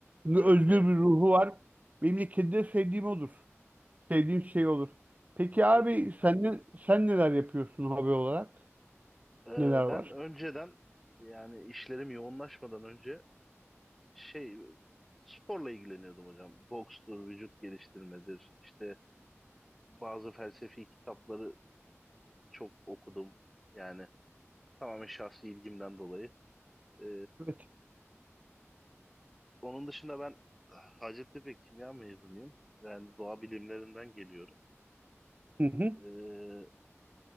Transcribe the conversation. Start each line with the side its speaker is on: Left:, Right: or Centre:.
Right: Çünkü
Centre: Evet
Right: özgür
Centre: yani
Right: bir ruhu var. Benim de kedide sevdiğim odur. Sevdiğim şey olur. Peki
Centre: evet.
Right: abi sen, ne- sen neler yapıyorsun hobi olarak?
Centre: Ee,
Right: Neler var?
Centre: ben önceden yani işlerim yoğunlaşmadan önce şey sporla ilgileniyordum hocam. Bokstur, vücut geliştirmedir. İşte bazı felsefi kitapları çok okudum. Yani tamamen şahsi ilgimden dolayı. Ee,
Right: Evet.
Centre: onun dışında ben Hacettepe Kimya mezunuyum. Yani doğa bilimlerinden geliyorum.
Right: Hı hı,
Centre: Ee,